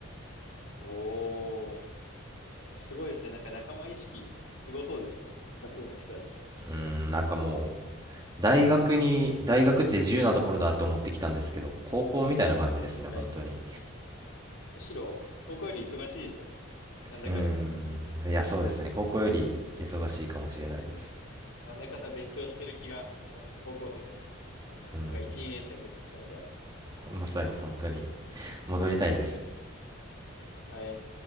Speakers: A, on the left; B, on the right.
A: おー。いや、すごいですね。なんか仲間意識、すごそうですね。医学部の人たちって。
B: うん、なんかもう、大学に、大学って自由なところだと思ってきたんですけど、高校みたいな感じですね、
A: はい。
B: 本当に。
A: むしろ、高校より忙しいですよ。なんだかんだ。
B: うん、いや、そうですね。高校より忙しいかもしれないです。
A: なんだかんだ勉強してる気がしますね。高校生の、
B: うん。
A: なんか1、2年生の時とかよりは。
B: まさに本当に戻りたいです
A: はい。